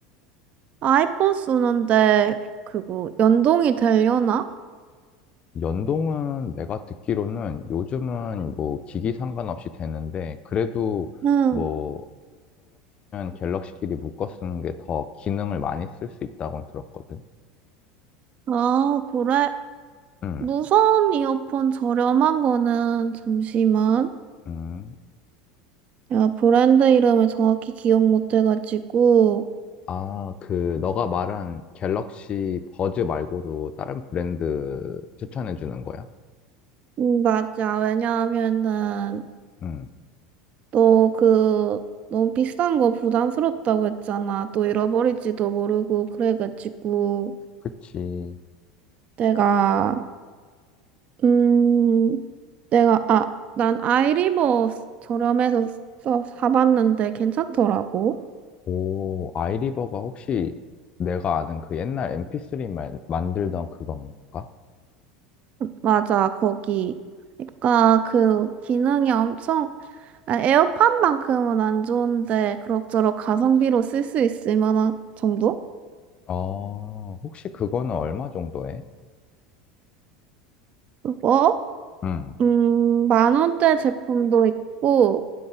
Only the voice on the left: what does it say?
연동은 내가 듣기로는 요즘은 뭐 기기 상관없이 되는데 그래도
뭐 갤럭시면 갤럭시끼리 묶어 쓰는 게 더 기능을 많이 쓸 수 있다고 들었거든.
음,
음.
아, 그 너가 말한 갤럭시 버즈 말고도 다른 브랜드 추천해 주는 거야?
음,
그치.
오, 아이리버가 혹시 내가 아는 그 옛날 MP3 만, 만들던 그건가?
어, 혹시 그거는 얼마 정도 해?
응.